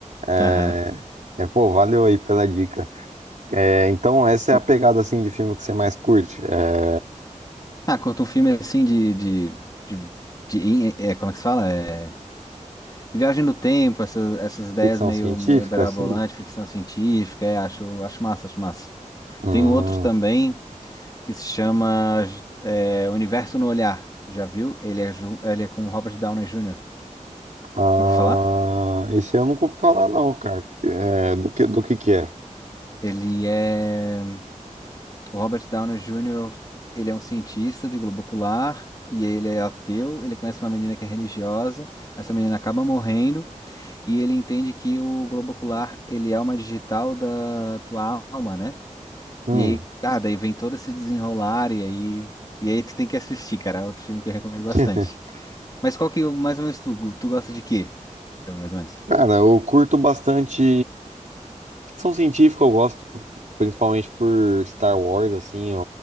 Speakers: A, on the right; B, on the left.
A: É,
B: Aham.
A: é, pô, valeu aí pela dica. É, então, essa
B: Tu...
A: é a pegada, assim, de filme que você mais curte? É
B: Ah, curta um filme assim de, de, de, de- é, como é que se fala? É, de viagem no tempo, essas, essas ideias
A: ficção
B: meio,
A: científica,
B: meio berabolantes,
A: assim?
B: ficção científica, é, acho, acho massa, acho massa.
A: Hum,
B: Tem um outro também. que se chama é, Universo no Olhar. Tu já viu? Ele é, ju- ele é com o Robert Downey Jr.
A: ah,
B: Já ouviu falar?
A: esse eu nunca ouvi falar, não, cara. É, do que, do que que é?
B: Ele é. O Robert Downey Jr., ele é um cientista de globo ocular e ele é ateu. Ele conhece uma menina que é religiosa. Essa menina acaba morrendo e ele entende que o globo ocular, ele é uma digital da tua alma, né?
A: Hum.
B: E aí, ah, daí vem todo esse desenrolar e aí. E aí tu tem que assistir, cara. É Outro filme que eu recomendo bastante.
A: <laughs>
B: Mas qual que mais ou menos tu, tu gosta de quê? filme, mais ou menos.
A: Cara, eu curto bastante. Ficção científica eu gosto, principalmente por Star Wars, assim, eu,